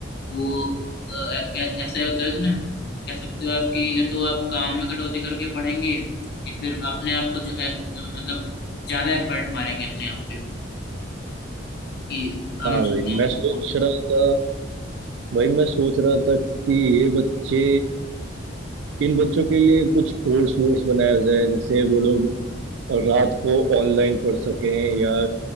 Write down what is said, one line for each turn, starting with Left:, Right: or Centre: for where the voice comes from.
Left: वो अ, अ, क्या- ऐसे होता है कि ना कह सकते हो आप कि या तो आप काम में कटौती करके पढ़ेंगे या फिर अपने आप को ज- अ, मतलब ज्यादा एफर्ट मारेंगे अपने आप पे कि कम
Right: हाँ
Left: से
Right: भाई मैं
Left: कम।
Right: सोच रहा था भाई मैं सोच रहा था कि ये बच्चे इन बच्चों के लिए कुछ कोर्स वोर्स बनाया जाए जैसे वो लोग रात को ऑनलाइन पढ़ सकें या